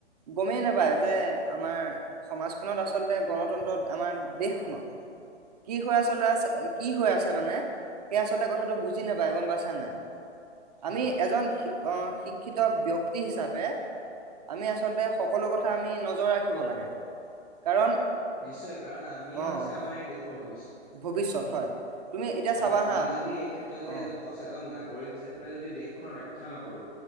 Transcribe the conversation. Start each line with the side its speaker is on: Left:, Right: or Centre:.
Right: গমেই নাপায় যে আমাৰ সমাজখনত আচলতে গণতন্ত্ৰত আমাৰ দেশখনত, কি হৈ আচল আছে কি হৈ আছে মানে সেই আচলতে কথাটো বুজি নাপায়, গম পাইছা নাই? আমি
Left: হয়
Right: এজন শিক্ষিত ব্যক্তি হিচাপে আমি আচলতে সকলো কথা আমি নজৰ ৰাখিব লাগে কাৰণ।
Left: নিশ্চয় কাৰণ আমিয়ে
Right: অ
Left: হৈছে
Right: অ
Left: আমাৰ এই দেশৰ ভৱিষ্যত।
Right: ভৱিষ্যত হয়। তুমি এতিয়া চাবা
Left: আৰু আমি
Right: হা
Left: যদি এই ক্ষেত্ৰত যদি
Right: অ
Left: এজন সচেতন নাগৰিক হিচাপে। তাতে যদি দেশখন ৰক্ষা নকৰোঁ,